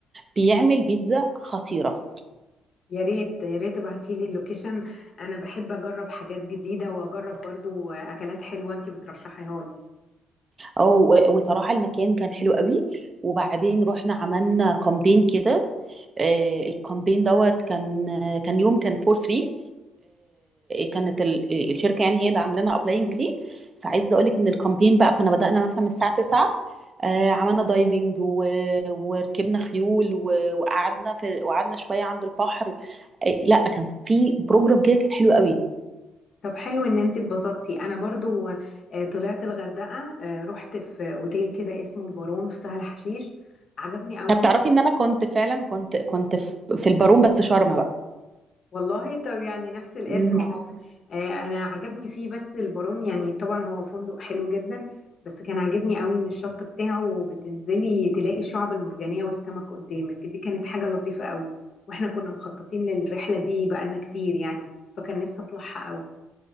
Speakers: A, on the right (about 35°); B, on the left (about 55°).
A: بيعمل بيتزا خطيرة
B: يا ريت يا ريت ابعتي لي اللوكيشن انا بحب اجرب حاجات جديدة واجرب برضو آه، اكلات حلوة انت بترشحيها لي
A: اه و- وصراحة المكان كان حلو قوي وبعدين رحنا عملنا كامبين كده آه، الكامبين دوت كان آه، كان يوم كان فور فري كانت ال- الشركة يعني هي اللي عاملانا لنا ابلاينج ليه فعايزة اقول لك ان الكامبين بقى كنا بدأنا مثلا من الساعة 9 آه، عملنا دايفنج و- وركبنا خيول و- وقعدنا في وقعدنا شوية عند البحر آه، لا كان في بروجرام كده كان حلو قوي
B: طب حلو ان انت اتبسطتي انا برضو آه، طلعت الغردقه آه، رحت في اوتيل كده اسمه البارون في سهل حشيش عجبني قوي
A: طب
B: ان
A: تعرفي
B: احنا
A: ان انا كنت فعلا كنت كنت في في البارون بس شرم
B: <laughs> والله طب يعني نفس الاسم
A: بقى
B: اهو آه، انا عجبني فيه بس البارون يعني طبعا هو فندق حلو جدا بس كان عاجبني قوي ان الشط بتاعه بتنزلي تلاقي الشعب المرجانيه والسمك قدامك دي كانت حاجه لطيفه قوي واحنا كنا مخططين للرحله دي بقالنا كتير يعني فكان نفسي اطلعها قوي